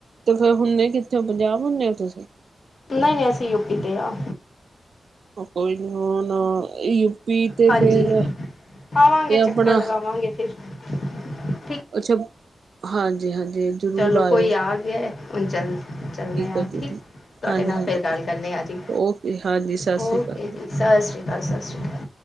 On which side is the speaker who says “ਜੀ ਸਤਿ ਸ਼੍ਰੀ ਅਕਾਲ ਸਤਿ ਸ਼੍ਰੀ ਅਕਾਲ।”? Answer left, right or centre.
Left